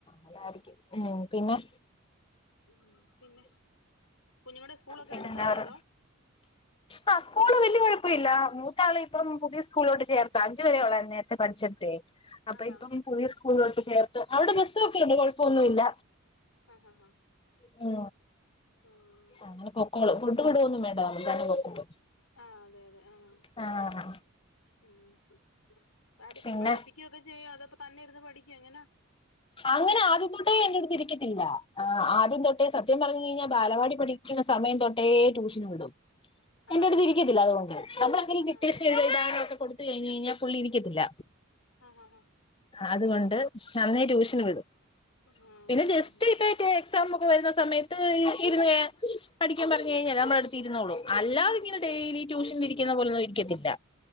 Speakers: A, on the left (about 25°); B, on the left (about 80°).
A: അതായിരിക്കും ഉം പിന്നെ
B: ഉം പിന്നെ കുഞ്ഞുങ്ങളുടെ സ്കൂളൊക്കെ
A: പിന്നെന്താ
B: അടുത്താണോ
A: പറ
B: അതോ
A: ആഹ് സ്കൂള് വല്യ കുഴപ്പം ഇല്ല മൂത്താള ഇപ്പം പുതിയ സ്കൂളിലോട്ട് ചേർത്ത അഞ്ചു പരെ ഉള്ളായിരുന്ന നേരത്തെ പഠിച്ചെടാതെ അപ്പൊ
B: ആഹാ
A: ഇപ്പം പുതിയ സ്കൂളിലോട്ട് ചേർത്ത് അവിടെ ബസ്സൊക്കെണ്ട് കുഴപ്പംമൊന്നുല്ല
B: ആഹാ ഹാ
A: ഉ
B: ആഹ്
A: അങ്ങനെ പൊക്കോളും ഫുഡ് കൊണ്ട് വിടൊന്നും വേണ്ട താനെ തന്നെ പൊക്കോളും
B: ആഹ് അതെ അതെ ആഹ്
A: ആഹ്
B: ഉം ഉം. പഠി
A: പിന്നെ
B: പഠിപ്പിക്കുവൊക്ക ചെയ്യോ അതപ്പോ തന്നെ ഇരുന്ന് പഠിക്കോ എങ്ങനാ
A: അങ്ങനെ ആദ്യം തൊട്ടേ എന്നോട് ഇരിക്കത്തില്ല ആദ്യം തൊട്ടേ സത്യം പറഞ്ഞു കഴിഞ്ഞാൽ ബാലവാടി പഠി ക്കുന്നസമയം തൊട്ടേ ട്യൂഷന് വിടും എന്റെ
B: ആഹ്
A: അടുത്ത്
B: ആഹ്
A: ഇരിക്കത്തില്ല അതുകൊണ്ട് നമ്മളെന്തെങ്കിലും ഡിറ്റേഷനോഎഴുതാനോ
B: ആഹ്
A: ഒക്കെ കൊടുത്ത കഴിഞ്ഞാ പുള്ളി ഇരിക്കത്തില്ല
B: ആഹ് ഹ ഹ
A: അതുകൊണ്ട് അന്നേ ട്യൂഷന് വിടും
B: ആഹ്
A: പിന്നെ ജസ്റ്റ്
B: ആഹ്
A: ഇപ്പെ മറ്റ എക്സാം ഒക്കെ വരുന്ന സമയത്ത് ഇരുന്ന പഠിക്കാൻ പറഞ്ഞു കഴിഞ്ഞാൽ നമ്മള അടുത്ത് ഇരുന്നോളൂ അല്ലാത ഇങ്ങനെ
B: ആഹ്
A: ഡെയിലി ട്യൂഷനി ഇരിക്കുന്ന പോലൊ ഒന്നും ഇരിക്കത്തില്ല